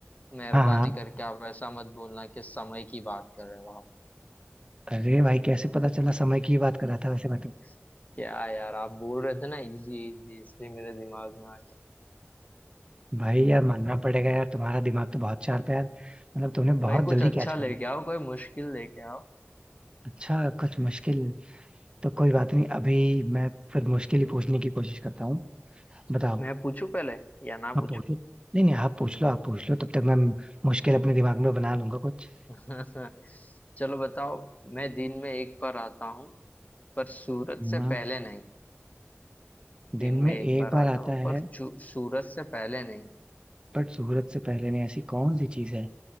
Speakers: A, on the left; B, on the right.
A: मेहरबानी
B: हाँ हाँ
A: करके आप ऐसा मत बोलना कि समय की बात कर रहे हो आप
B: अरे भाई कैसे पता चला समय की ही बात कर रहा था वैसे मैं तो
A: <laughs> क्या यार आप बोल रहे थे ना इजी इजी इसलिए मेरे दिमाग में आ गया
B: भाई यार मानना पड़ेगा यार तुम्हारा दिमाग तो बहुत शार्प है यार मतलब
A: <laughs>
B: तुमने
A: भाई
B: बहुत
A: कुछ
B: जल्दी
A: अच्छा
B: कैच
A: लेके
B: कर लिया
A: आओ कोई मुश्किल लेके आओ
B: अच्छा कुछ मुश्किल तो कोई बात नहीं अभी मैं फिर मुश्किल ही पूछने की कोशिश करता हूँ बताओ
A: मैं पूछूं पहले या ना
B: आप
A: पूछूं
B: पूछो नहीं नहीं आप पूछ लो आप पूछ लो तब तक मैं मुश्किल अपने दिमाग में बना लूंगा कुछ
A: <laughs> चलो बताओ मैं दिन में एक बार आता हूँ पर सूरज से
B: हाँ
A: पहले नहीं
B: दिन
A: दिन में
B: में
A: एक
B: एक
A: बार
B: बार
A: आता
B: आता
A: हूँ
B: है
A: पर चू- सूरज से पहले नहीं
B: बट सूरज से पहले नहीं ऐसी कौन सी चीज है